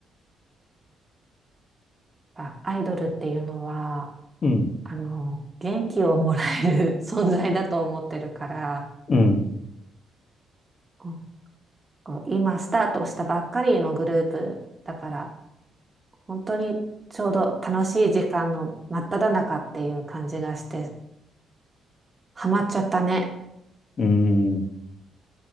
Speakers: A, on the right; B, on the left.
A: あ、アイドルっていうのは、
B: うん、
A: あの、元気をもらえる <laughs> 存在だと思ってるから、
B: うん、
A: こうこう今スタートしたばっかりのグループだから、本当にちょうど楽しい時間の真っ只中っていう感じがして、ハマっちゃったね。
B: うん。